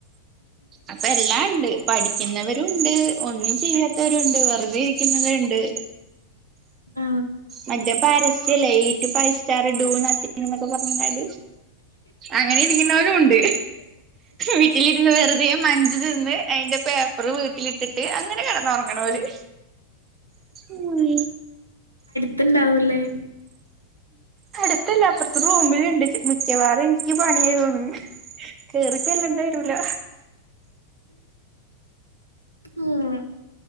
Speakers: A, on the right; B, on the right.
A: അപ്പ എല്ലാണ്ട് പഠിക്കുന്നവരുണ്ട് ഒന്നും ചെയ്യാത്തവരുണ്ട് വെറുതെ ഇരിക്കുന്നവര്ണ്ട്
B: ആ
A: മറ്റേ പാരസ്യല്ലേ ഈറ്റു ഫൈവ് സ്റ്റാർ ഡൂന്നൊക്കെങ്ങനെ പർഞ്ഞിങ്ങാണ്ട് അങ്ങനെ ഇരിക്കുന്നവനൂണ്ട് വീട്ടിലിരുന്ന് വേർ തെ മഞ്ജ് തിന്ന് അയ്ന്റെ പേപ്പറ് വീട്ടിലിട്ടിട്ട് അങ്ങനെ കേട്ന്നൊറ്ങ്ണോല് ഉം
B: ത് ണ്ടാവുലെ
A: അട്ത്തല്ല അപ്പറ്ത്തെ റൂമില്ണ്ട് മിക്കവാറും ഇൻക്ക് പണിയായി തോന്ന്ണ് കേറി ചെല്ലണ്ട്യെ രൂല
B: ആം